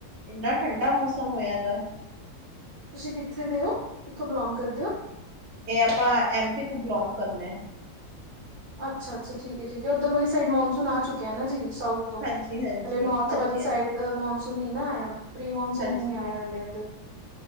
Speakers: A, on the right; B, on the right.
A: ਇੰਨਾ ਠੰਢਾ ਮੌਸਮ ਹੋਇਆ ਦਾ।
B: ਤੁਸੀਂ ਕਿੱਥੇ ਦੇ ਹੋ ਕਿੱਥੋਂ ਬਿਲੋਂਗ ਕਰਦੇ ਹੋ।
A: ਇਹ ਆਪਾਂ। ਐਮਪੀ ਤੋਂ ਬਿਲੋਂਗ ਕਰਨੇ ਆ।
B: ਅੱਛਾ ਅੱਛਾ ਠੀਕ ਠੀਕ ਉਧਰ ਵਾਲੀ ਸਾਈਡ ਮਨਸੂਨ ਆ ਚੁੱਕਿਆ ਨਾ ਜੀ ਸਾਊਥ ਤੋਂ।
A: ਹਾਂਜੀ ਹਾਂਜੀ
B: ਹਲੇ ਨੋੌਰਥ
A: ਹਾਂਜੀ
B: ਵਾਲੀ
A: ਹਾਂਜੀ
B: ਸਾਈਡ ਮੌਨਸੂਨ ਨੀ ਨਾ ਆਇਆ। ਪ੍ਰੀ ਮਾਨਸੂਨ
A: ਹਾਂਜੀ
B: ਵੀ ਨੀ ਆਇਆ ਹਾਲੇ ਇੱਧਰ।